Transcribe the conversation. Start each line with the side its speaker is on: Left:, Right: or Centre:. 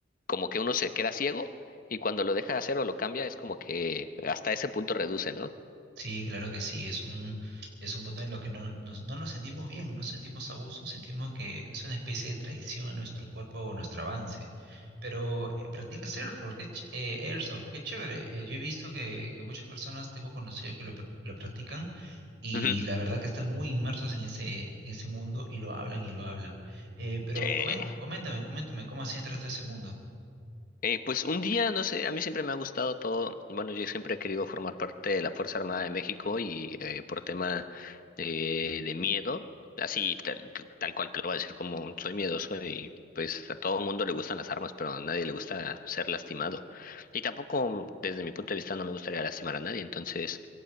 Left: como que uno se queda ciego y cuando lo deja de hacer o lo cambia, es como que hasta ese punto reduce, ¿no?
Right: Sí, claro que sí, es un, es un punto en los que no nos, no nos sentimos bien, no sentimos a gusto, sentimos que es una especie de traición a nuestro cuerpo o a nuestro avance. Pero eh, practica surfboard, qué ch- eh, airsoft, qué chévere. Eh, yo he visto que, que muchas personas, tengo conocidos que lo, pr- lo practican y
Left: Ujú.
Right: la verdad que están muy inmersos en ese, en ese mundo y lo hablan y lo hablan. Eh, pero
Left: Sí.
Right: comen- coméntame, coméntame, ¿cómo así entraste a ese mundo?
Left: Eh, pues un día, no sé, a mí siempre me ha gustado todo, bueno, yo siempre he querido formar parte de la Fuerza Armada de México y eh, por tema eh, de miedo, así tal, tal cual te lo voy a decir como soy miedoso y pues a todo mundo le gustan las armas, pero a nadie le gusta ser lastimado. Y tampoco, desde mi punto de vista, no me gustaría lastimar a nadie, entonces...